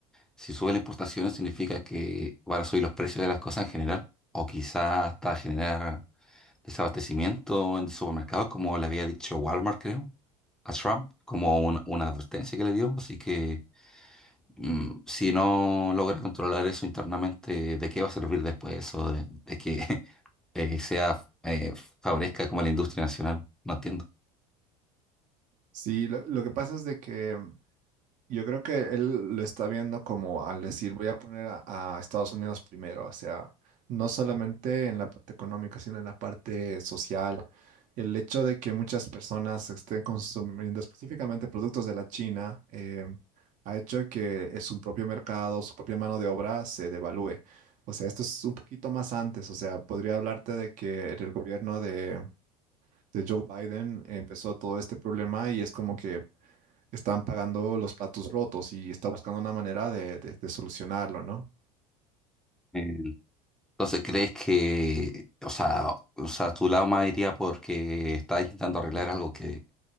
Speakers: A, in the centre; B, on the right.
A: si sube las importaciones significa que van a subir los precios de las cosas en general o quizás hasta generar desabastecimiento en supermercados como le había dicho Walmart, creo, a Trump, como un- una advertencia que le dio. Así que mm, si no logras controlar eso internamente, ¿de qué va a servir después eso? De, de que <laughs> eh, sea, eh, favorezca como la industria nacional. No entiendo.
B: Sí, lo, lo que pasa es de que Yo creo que él lo está viendo como al decir, voy a poner a, a Estados Unidos primero, o sea, no solamente en la parte económica, sino en la parte social. El hecho de que muchas personas estén consumiendo específicamente productos de la China eh, ha hecho que eh, su propio mercado, su propia mano de obra se devalúe. O sea, esto es un poquito más antes, o sea, podría hablarte de que el gobierno de, de Joe Biden empezó todo este problema y es como que están pagando los platos rotos y está buscando una manera de, de- de solucionarlo, ¿no?
A: Eh, Entonces, ¿crees que, o sea, o sea, tu lado más iría porque está intentando arreglar algo que,